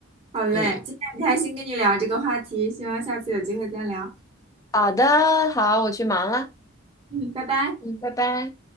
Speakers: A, on the right; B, on the left.
A: 好嘞，
B: 嗯，
A: 今天很开心跟你聊这个话题，希望下次有机会再聊。
B: 好的，好，我去忙了。
A: 嗯，拜拜。
B: 嗯，拜拜。